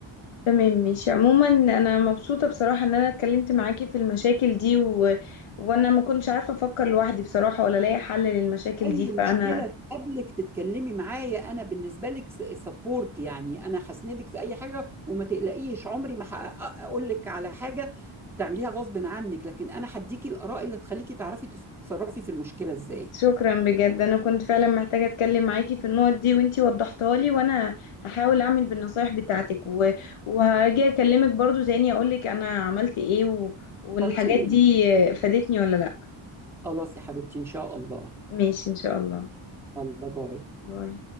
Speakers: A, on the left (about 85°); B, in the centre.
A: تمام ماشي عموما انا مبسوطه بصراحه ان انا اتكلمت معاكي في المشاكل دي و... وانا ما كنتش عارفه افكر لوحدي بصراحه ولا الاقي حل للمشاكل
B: اي
A: دي
B: مشكله
A: فانا
B: تقابلك تتكلمي معايا انا بالنسبه لك سبورت يعني انا هسندك في اي حاجه وما تقلقيش عمري ما هق- اقول لك على حاجه تعمليها غصب عنك لكن انا هديكي الاراء اللي تخليكي تعرفي تتصرفي في المشكله ازاي
A: شكرا بجد انا كنت فعلا محتاجة اتكلم معاكي في النقط دي وانتي وضحتها لي وانا هحاول اعمل بالنصايح بتاعتك و... وهاجي اكلمك برضو تاني اقولك انا عملت ايه و... والحاجات
B: وصلتي لايه
A: دي فادتني ولا لا
B: خلاص يا حبيبتي ان شاء الله
A: ماشي ان شاء الله
B: الله باي
A: باي